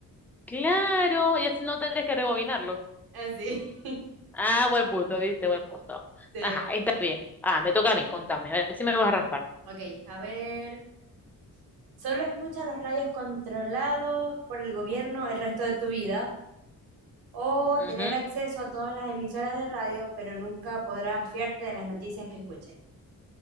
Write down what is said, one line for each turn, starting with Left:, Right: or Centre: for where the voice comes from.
Centre: claro, ya no tendrías que rebobinarlo.
Right: Así. <laughs>
Centre: Ah, buen punto, viste, buen punto.
Right: Sí.
Centre: Ajá, está bien. Ah, me toca a mí, contame, a ver si me vas a raspar.
Right: Ok, a ver. Solo escucha los radios controlados por el gobierno el resto de tu vida. O
Centre: Ujú.
Right: tener acceso a todas las emisoras de radio, pero nunca podrás fiarte de las noticias que escuches.